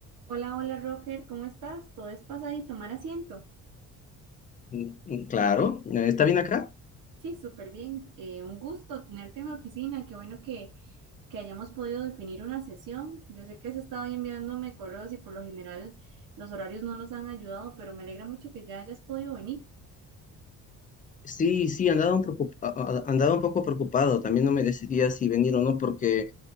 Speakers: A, on the right; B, on the left.
A: Hola, hola Roger, ¿cómo estás? ¿Podés pasar y tomar asiento?
B: Mm, mm, Claro, Eh, ¿está bien acá?
A: Sí, súper bien. eh, un gusto tenerte en mi oficina. Qué bueno que, que hayamos podido definir una sesión. Yo sé que has estado ahí enviándome correos y por lo general los horarios no nos han ayudado, pero me alegra mucho que ya hayas podido venir.
B: Sí, sí, andaba un, preocupa- a- a- andaba un poco preocupado, también no me decidía si venir o no, porque,